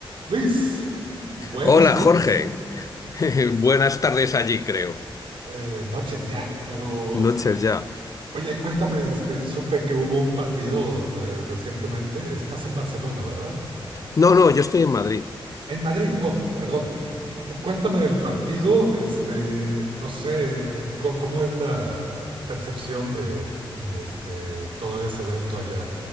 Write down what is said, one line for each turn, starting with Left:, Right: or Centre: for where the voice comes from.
Right: Luis, buenos
Left: Hola
Right: días.
Left: Jorge, <laughs> buenas tardes allí creo.
Right: Eh, noches ya, pero
Left: Noches ya.
Right: oye, cuéntame, este, supe que hubo un partido eh, recientemente. Estás en Barcelona, ¿verdad?
Left: No, no, yo estoy en Madrid.
Right: En Madrid, oh, perdón. Cuéntame del partido, este, no sé, co- ¿cómo es la percepción de mm, este, todo ese evento allá